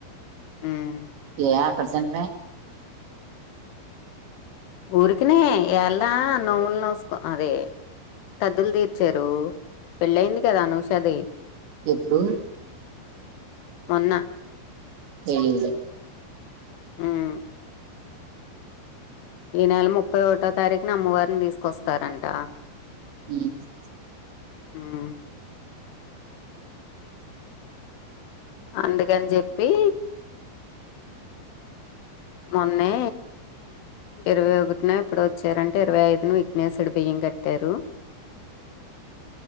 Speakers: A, on the left; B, on the right.
A: ఉమ్,
B: ఏ పర్సెట్
A: ఊరికినే ఈయల్న నోములు నోచుకుంటున్నారే తద్దులు తీర్చారు పెళ్ళయింది కదా అనూషది
B: ఎప్పుడు
A: మొన్న
B: తెలిదులే
A: మ్మ్ ఈ నెల ముప్పై ఒకటో తారీఖున అమ్మవారిని తీసుకొస్తారంట
B: ఈ స్
A: మ్మ్ అందుకని జేప్పి మొన్నే ఇరవై ఒకటిన ఎప్పుడో వచ్చారంట ఇరవై ఐదున విఘ్నేశ్వరుడు బియ్యం గట్టారు